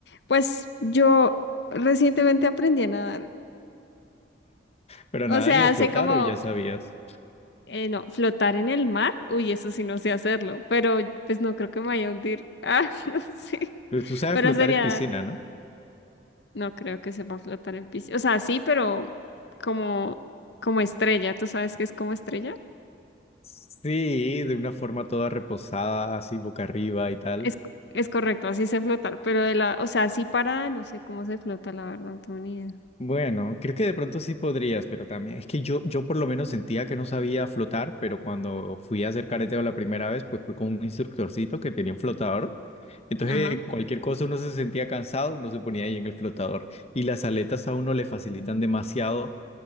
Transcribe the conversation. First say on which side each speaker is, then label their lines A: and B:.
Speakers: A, on the left; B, on the left.
A: Pues yo recientemente aprendí a nadar.
B: Pero
A: O
B: nadar
A: sea,
B: y a flotar,
A: sé como
B: o ya sabías.
A: Eh, no, flotar en el mar, uy, eso sí no sé hacerlo, pero pues no creo que me vaya a hundir. <laughs> Ah, no sé,
B: Pero tú sabes
A: pero
B: flotar
A: sería,
B: en piscina, ¿no?
A: no creo que sepa flotar en piscina. O sea, sí, pero como, como estrella, ¿tú sabes qué es como estrella?
B: Sí, de una forma toda reposada, así boca arriba y tal.
A: Es, es correcto, así sé flotar, pero de la, o sea, así para, no sé cómo se flota, la verdad, no tengo ni idea.
B: Bueno, creo que de pronto sí podrías, pero también es que yo, yo por lo menos sentía que no sabía flotar, pero cuando fui a hacer careteo la primera vez, pues fue con un instructorcito que tenía un flotador. Entonces,
A: Ajá.
B: cualquier cosa uno se sentía cansado, uno se ponía ahí en el flotador. Y las aletas a uno le facilitan
A: Ujú.
B: demasiado